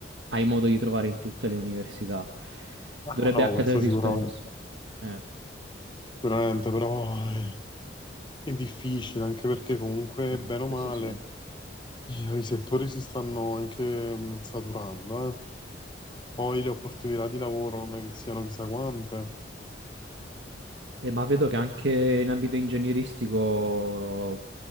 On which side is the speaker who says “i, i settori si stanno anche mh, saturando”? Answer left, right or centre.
Left